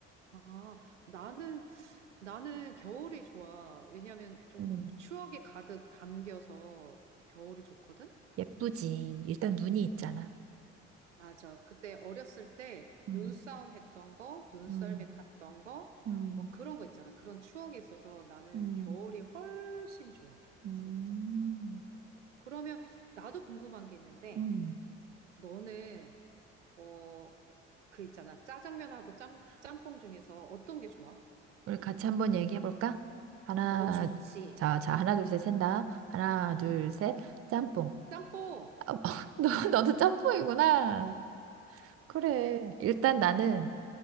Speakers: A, on the right; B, on the right.
A: 아, 나는, 나는 겨울이 좋아. 왜냐면 조금
B: 음.
A: 추억이 가득 담겨서 겨울이 좋거든?
B: 예쁘지. 일단 눈이 있잖아.
A: 맞아. 그때 어렸을 때
B: 음.
A: 눈싸움 했던 거, 눈썰매
B: 음.
A: 탔던 거,
B: 음.
A: 뭐 그런 거 있잖아. 그런 추억이 있어서 나는
B: 음.
A: 겨울이 훨씬 좋아.
B: 음.
A: 진짜. 그러면 나도 궁금한 게 있는데,
B: 음.
A: 너는, 어, 그 있잖아. 짜장면하고 짬, 짬뽕 중에서 어떤 게 좋아?
B: 우리 같이 한번 얘기해 볼까? 하나,
A: 어, 좋지.
B: 자, 자, 하나,
A: 응.
B: 둘, 셋, 샌다. 하나,
A: 응?
B: 둘, 셋, 짬뽕.
A: 짬뽕!
B: <laughs> 너, 너도 짬뽕이구나. 그래. 일단 나는